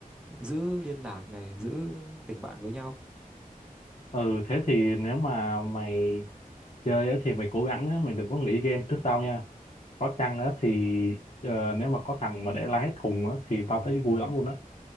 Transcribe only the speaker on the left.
Ừ, thế thì nếu mà mày chơi á thì mày cố gắng á, mày đừng có nghỉ game trước tao nha có chăng á thì ờ, nếu mà có thằng mà để la hét cùng á thì tao thấy vui lắm luôn á